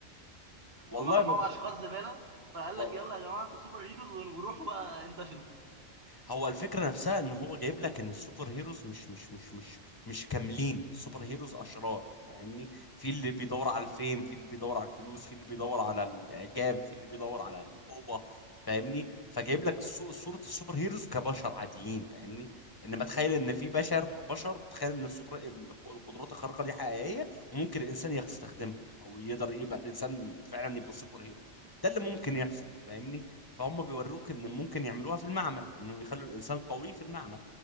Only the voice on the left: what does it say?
والله
ما
بص
هو الفكرة نفسها ان هو جايب لك ان السوبر هيروز مش مش مش مش مش كاملين السوبر هيروز اشرار فاهمني في اللي بيدور على الفيم في اللي بيدور على الفلوس في اللي بيدور على الاعجاب في اللي بيدور على القوة فاهمني فجايب لك صو- صورة السوبر هيروز كبشر عاديين فاهمني انما تخيل ان في بشر بشر تخيل ان السوبر الق- القدرات الخارقة دي حقيقية وممكن الانسان يستخدمها او يقدر يبقى الانسان فعلا يبقى سوبر هيرو ده اللي ممكن يحصل فاهمني فهم بيوروك ان ممكن يعملوها في المعمل انه يخلوا الانسان قوي في المعمل